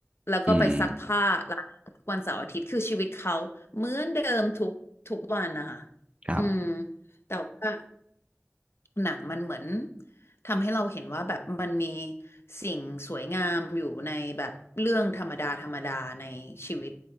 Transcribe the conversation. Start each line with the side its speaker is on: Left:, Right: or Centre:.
Left: แล้วก็ไปซักผ้าร้านทุกวันเสาร์อาทิตย์คือชีวิตเขาเหมือนเดิมทุกทุกวันนะคะ
Right: อืมครับ
Left: อืมแต่ว่า หนังมันเหมือนทำให้เราเห็นว่าแบบมันมีสิ่งสวยงามอยู่ในแบบเรื่องธรรมดาธรรมดาในชีวิต